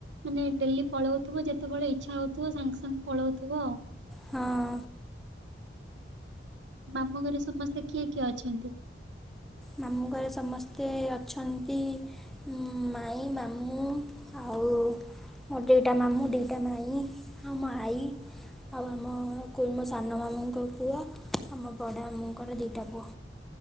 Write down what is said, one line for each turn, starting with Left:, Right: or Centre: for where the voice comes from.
Right: ମାନେ ଡେଲି ପଳଉଥୁବ ଯେତୋବେଳେ ଇଚ୍ଛା ହୋଉଥୁବ ସାଙ୍ଗ ସାଙ୍ଗ ପଳଉଥୁବ ଆଉ।
Centre: ହଁ।
Right: ଉଁ ମାମୁଁ ଘରେ ସମସ୍ତେ କିଏ କିଏ ଅଛନ୍ତି?
Centre: ମାମୁଁ ଘରେ ସମସ୍ତେ ଅଛନ୍ତି ଉଁ ମାଇଁ ମାମୁଁ ଆଉ ମୋର ଦୁଇଟା ମାମୁଁ ଦିଟା ମାଇଁ ଆଉ ମୋ ଆଈ ଆଉ ଆମ କୁ ମୋ ସାନ ମାମୁଁଙ୍କ ପୁଅ ଆଉ ମୋ ବଡ଼ ମାମୁଁଙ୍କର ଦିଟା ପୁଅ।